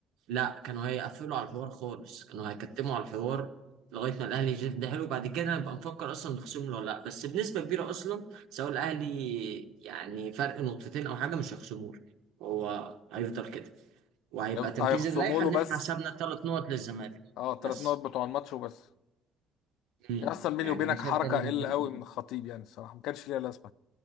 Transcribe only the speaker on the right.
لا كانوا هيقفلوا على الحوار خالص كانوا هيكتموا على الحوار لغايه ما الاهلي يجد حلو بعد كده نبقى نفكر اصلا نخصم له ولا لا بس بنسبه كبيره اصلا سواء الاهلي يعني فرق نقطتين او حاجه مش هيخصموه له. هو هيفضل كده وهيبقى
تنفيذ
اللائحه
ان
احنا حسبنا ثلاث نقط للزمالك
بس
مم.
يعني
انا شايف
ده اللي
ممكن يكون.